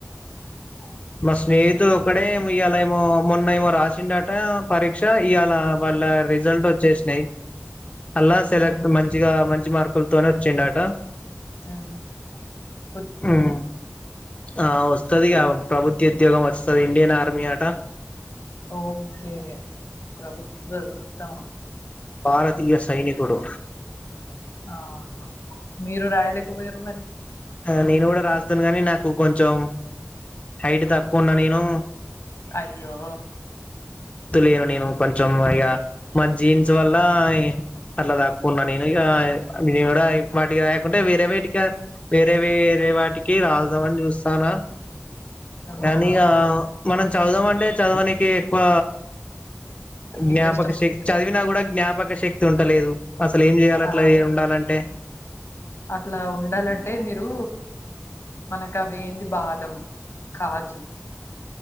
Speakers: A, on the left; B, on the left.
A: అ
B: మా స్నేహితుడు ఒక్కడే ఏమో ఇవాళ ఏమో మొన్న ఏమో రాసిండట పరీక్ష ఇవాళ వాళ్ళ రిజల్ట్ వచ్చేసినాయి
A: <unintelligible>
B: అలా సెలెక్ట్
A: అవునా
B: మంచిగా మంచి మార్కులతోనే వచ్చిండట
A: హ్మ్
B: హ్మ్ ఆ వస్తది కావ ప్రభుత్వ ఉద్యోగం వస్తుంది ఇండియన్ ఆర్మీ ఆట
A: ఓకే ప్రభుత్వ ఉత్తమం
B: భారతీయ సైనికుడు
A: ఆహా మీరు రాయలేకపోయారు మరి
B: ఆ, నేను కూడా రాస్తాను గానీ నాకు కొంచెం హైట్ తక్కువ ఉన్నా నేను
A: అయ్యో
B: లేను నేను కొంచెం ఇక మా జీన్స్ వల్ల అట్లా తక్కువనా ఉన్న నేను విడ వడ వాటికి రాయాకుండా వేరే వాటికి వేరే వేరే వాటికి రాల్దామని చూస్తానా కానీ
A: ఆహా
B: మనం చదుదాం అంటే చదవనికి ఎక్కువ జ్ఞాపక
A: ఇంట్రెస్ట్ వస్తలేదా
B: శక్తి చదివినా కూడా జ్ఞాపక శక్తి ఉంటలేదు అసలు ఏం చేయాల అట్లా
A: ఆహా
B: ఉండాలంటే
A: అట్లా ఉండాలంటే మీరు మనకు అవి ఏంది బాదం కాజు